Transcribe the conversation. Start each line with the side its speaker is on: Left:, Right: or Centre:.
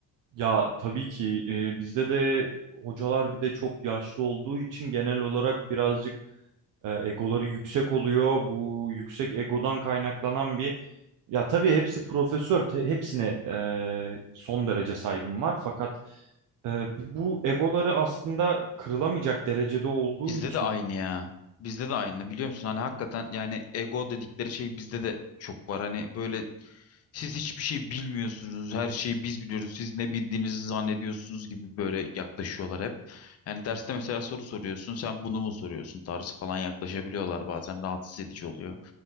Right: Ya tabii ki e, bizde de hocalar bir de çok yaşlı olduğu için genel olarak birazcık e, egoları yüksek oluyor. Bu yüksek egodan kaynaklanan bir ya tabii hepsi profesör, te- hepsine e, son derece saygım var. Fakat e, bu egoları aslında kırılamayacak derecede olduğu
Left: Bizde
Right: için
Left: de aynı ya. Bizde de aynı biliyor musun? Hani hakikaten yani ego dedikleri şey bizde de çok var. Hani böyle siz hiçbir şey bilmiyorsunuz. Her şeyi biz biliyoruz. Siz ne bildiğinizi zannediyorsunuz gibi böyle yaklaşıyorlar hep. Yani derste mesela soru soruyorsun. Sen bunu mu soruyorsun tarzı falan yaklaşabiliyorlar bazen. Rahatsız edici oluyor.